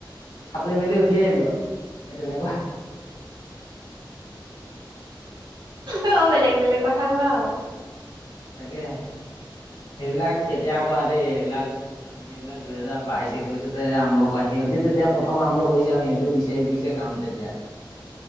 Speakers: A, on the left; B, on the right.
A: সাঁতুৰি মেলি উঠি আহিলোঁ আৰু সেই তেনেকুৱা
B: অ বেলেগ বেলেগ কথা কোৱা আৰু
A: তাকেহে সেইবিলাক কেতিয়া কৰা দেই সেইবিলাক আমি এইবিলাক দুহেজাৰ বাইশ একৈশতে আৰম্ভ কোৱা সিহঁতিও তেতিয়া প্ৰথম আৰম্ভ কৰিছে আৰু সিহঁতিও বিচাৰি ফুৰিছে কাম তেতিয়া